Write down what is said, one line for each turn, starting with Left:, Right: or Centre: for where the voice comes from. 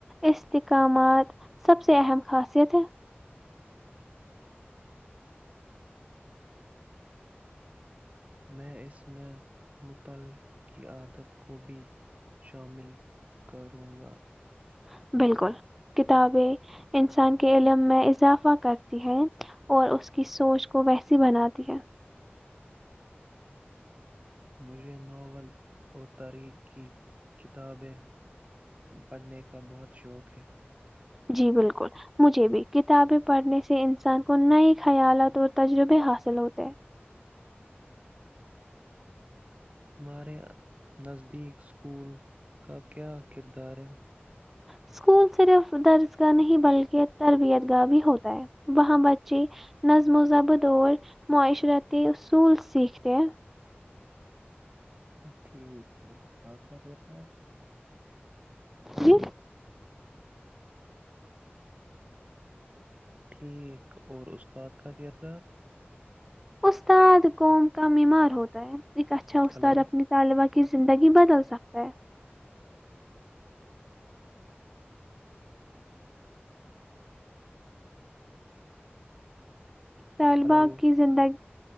Centre: استحکامات سب سے اہم خاصیت ہے
Right: میں اس میں مطلع کی عادت کو بھی شامل کروں گا
Centre: <inaudible>
Right: مجھے ناول اور تاریخ کی کتابیں پڑھنے کا بہت شوق ہے
Centre: جی بالکل مجھے بھی کتابیں پڑھنے سے انسان کو نئے خیالت اور تجربے حاصل ہوتے ہیں
Right: تمہارے نزدیک اسکول کا کیا کردار ہے
Centre: اسکول صرف درس کا نہیں بلکہ تربیت گاہ بھی ہوتا ہے وہاں بچے نظم و ضبد اور معاشرتی اصول سیکھتے ہیں
Right: ٹھیک اور استاد کا کہنا
Centre: جی
Right: ایک اور استاد کا کردار
Centre: استاد قوم کا بیمار ہوتا ہے ایک اچھا استاد
Right: ہلو
Centre: اپنی طالبہ کی زندگی بدل سکتا ہے طالبا
Right: ہلو
Centre: کی زندگی